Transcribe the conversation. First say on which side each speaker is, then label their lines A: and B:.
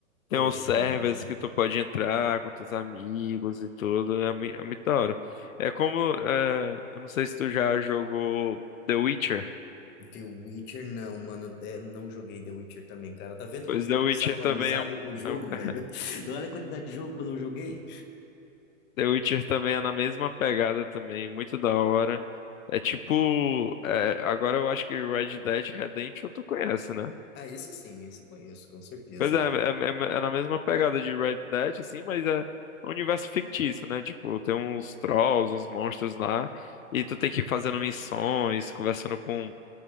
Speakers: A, on the left (about 75°); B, on the left (about 25°).
A: Tem
B: Poxa,
A: uns servers
B: mano.
A: que tu pode entrar com teus amigos e tudo. É, mui- é muito da hora. É como. é, eu não sei se tu já jogou The Witcher.
B: The Witcher não, mano. É, não joguei The Witcher também, cara. Tá vendo
A: Pois
B: como eu
A: The
B: tô
A: Witcher
B: desatualizado
A: também é, um-
B: com o jogo,
A: é- um,
B: velho?
A: é-
B: <laughs> Olha a quantidade de jogo que eu não joguei.
A: The Witcher também é na mesma pegada também, muito da hora. É tipo, é, agora eu acho que Red Dead Redemption tu conhece, né?
B: Ah, esse sim, esse eu conheço, com certeza.
A: Pois é, é, é, é na mesma pegada de Red Dead, assim, mas é um universo fictício, né? Tipo, tem uns trolls, uns monstros lá, e tu tem que ir fazendo missões, conversando com,